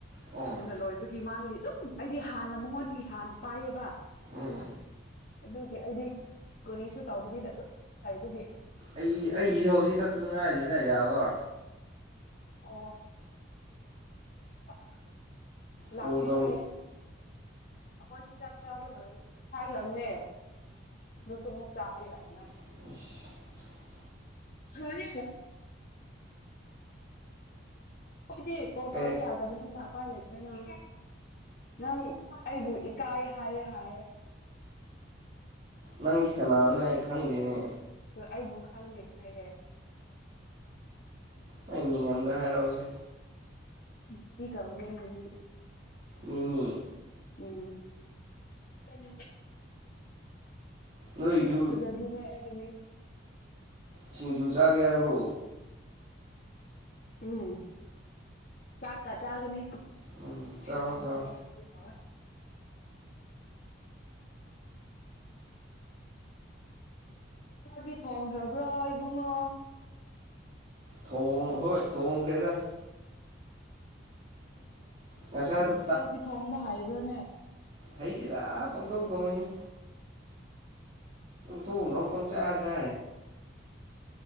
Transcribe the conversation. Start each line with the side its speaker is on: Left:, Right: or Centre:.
Right: ꯑꯣ
Left: ꯊꯨꯅꯂꯣꯏꯕꯒꯤ ꯃꯥꯒꯤ ꯑꯗꯨꯝ ꯑꯩꯗꯤ ꯍꯥꯟꯅ ꯃꯉꯣꯟꯗꯒꯤ ꯍꯥꯟꯅ ꯄꯥꯏꯌꯦꯕ
Right: ꯎꯝ
Left: ꯑꯗꯨꯒꯤ ꯑꯩꯗꯤ ꯀꯨꯔꯤꯁꯨ ꯇꯧꯗꯕꯤꯗ ꯑꯗꯨꯝ ꯂꯩꯕꯒꯤ
Right: ꯑꯩ ꯑꯩꯒꯤꯁꯨ ꯍꯧꯖꯤꯛ ꯈꯛꯇ ꯉꯥꯏꯔꯤꯗ ꯌꯥꯕ
Left: ꯑꯣ <unintelligible> ꯂꯥꯛꯀꯦ
Right: ꯀꯣꯜ ꯇꯧ
Left: ꯍꯥꯏꯌꯦ ꯑꯈꯣꯏꯁꯨ ꯆꯥꯛ ꯆꯥꯕ ꯂꯣꯏꯔꯦ ꯍꯥꯏꯈ꯭ꯔꯝꯅꯦ ꯑꯗꯨꯁꯨ ꯑꯃꯨꯛ ꯆꯥꯎ ꯌꯥꯗꯅ
Right: <unintelligible>
Left: <unintelligible> ꯍꯣꯏꯗꯤ ꯀꯣ ꯇꯧꯕꯕ
Right: ꯑꯦ
Left: ꯌꯥꯗꯕꯅꯤꯅ ꯎꯄꯥꯏ ꯂꯩꯇ꯭ꯔꯦ ꯅꯪ ꯅꯪ ꯑꯩꯕꯨ ꯏꯀꯥꯏ ꯍꯥꯏꯌꯦꯦ ꯍꯥꯏꯌꯦ
Right: ꯅꯪꯒꯤ ꯀꯅꯥꯅ ꯑꯩ ꯈꯪꯗꯦꯅꯦ
Left: ꯑ ꯑꯩꯕꯨ ꯈꯪꯗꯦ ꯍꯥꯏꯌꯦꯦ
Right: ꯅꯪ ꯃꯤꯡ ꯑꯝꯗ ꯍꯥꯏꯔꯛꯑꯣꯁꯦ
Left: ꯃꯕꯤ ꯀꯥꯎꯅꯦꯅꯦ
Right: ꯃꯤꯃꯤ
Left: ꯎꯝ ꯌꯥꯝ
Right: ꯅꯣꯏꯗꯨ
Left: ꯀ ꯐꯖꯕꯤꯅꯅꯦ
Right: ꯁꯤꯡꯖꯨ ꯆꯥꯒꯦ ꯍꯥꯏꯕ꯭ꯔꯣ
Left: ꯎꯝ ꯆꯛꯀꯥ ꯆꯥꯒꯅꯤ
Right: ꯎꯝ
Left: ꯐ
Right: ꯆꯥꯎ
Left: ꯑꯣꯗ
Right: ꯆꯥꯎ
Left: ꯇ ꯊꯕ <inaudible> ꯆꯗꯤ ꯊꯣꯡꯈ꯭ꯔꯕ꯭ꯔꯣ ꯏꯕꯨꯡꯉꯣ
Right: ꯊꯣꯡ ꯍꯣꯏ ꯊꯣꯡꯈꯩꯗ
Left: ꯌꯦ
Right: ꯉꯁꯥꯏꯗꯣ
Left: ꯎꯝ ꯆꯥꯛꯇꯤ ꯊꯣꯡꯕ ꯍꯥꯏꯕ꯭ꯔꯥꯅꯦ
Right: ꯍꯩꯇꯦꯔꯥ ꯄꯪꯊꯧ ꯊꯣꯡꯉꯏꯅꯦ ꯊꯣꯡꯗ ꯄꯪꯆꯥꯥꯁ